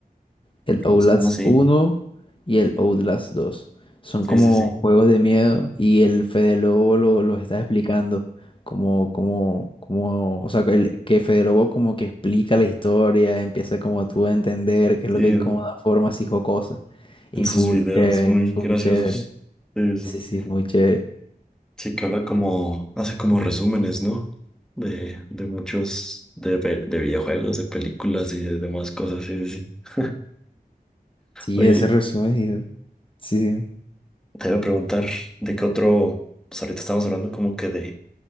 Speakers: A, in the centre; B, on the left.
A: Ok,
B: el Outlast
A: Ah, sí,
B: uno y el Outlast dos Son
A: sí,
B: como
A: sí, sí.
B: juegos de miedo y el Fede Lobo lo- los está explicando. Como, como, como, o sea, que el, que Fede Lobo como que explica la historia, empieza como tú a entender qué es
A: Sí,
B: lo que hay
A: en,
B: como una forma así jocosa.
A: en
B: Y
A: sus
B: full
A: videos
B: chévere,
A: muy
B: full
A: graciosos.
B: chévere.
A: Sí, sí,
B: Sí,
A: sí.
B: sí, muy chévere.
A: Sí, que habla como, hace como resúmenes, ¿no? De, de muchos, de, pe- de videojuegos, de películas y de demás cosas, sí, sí, sí.
B: Sí,
A: Oye,
B: ese resumen. y- Sí, sí.
A: te voy a preguntar de qué otro, pues ahorita estamos hablando como que de,